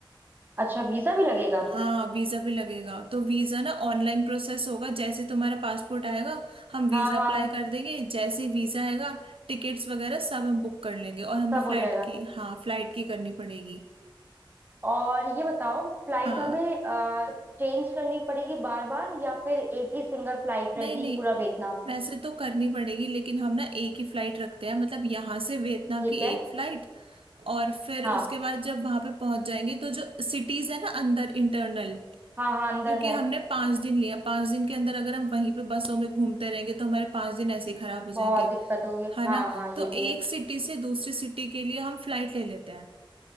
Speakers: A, on the right; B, on the right.
A: अच्छा वीजा भी लगेगा
B: हाँ वीजा भी लगेगा तो वीजा ना ऑनलाइन प्रोसेस होगा जैसे तुम्हारा पासपोर्ट आएगा हम वीजा
A: हाँ हाँ
B: अप्लाई कर देंगे जैसे ही वीजा आएगा टिकट्स वगैरह सब हम बुक कर लेंगे और हमें
A: सब
B: फ्लाइट
A: हो जाएगा
B: की हाँ फ्लाइट की करनी पड़ेगी
A: और ये बताओ फ्लाइट
B: हाँ
A: हमें चेंज करनी पड़ेगी बार बार या फिर एक ही सिंगल फ्लाइट रहेगी
B: नहीं नहीं
A: पूरा वियतनाम
B: वैसे
A: तक
B: तो करनी पड़ेगी लेकिन हम ना एक ही फ्लाइट रखते हैं मतलब यहाँ से वियतनाम
A: ठीक
B: की
A: है
B: एक फ्लाइट और फिर
A: हाँ
B: उसके बाद जब वहां पे पहुंच जाएंगे तो जो सिटीज है ना अंदर इंटरनल
A: हाँ हाँ अंदर
B: क्योंकि
A: है
B: हमने पांच दिन लिया पांच दिन के अंदर अगर हम वहीं पे बसों में घूमते रहेंगे तो हमारे पांच दिन ऐसे ही खराब हो जाएंगे
A: बहुत दिक्कत होगी
B: है
A: हाँ
B: ना
A: हाँ
B: तो
A: ये भी है
B: एक सिटी से दूसरी सिटी के लिए हम फ्लाइट ले लेते हैं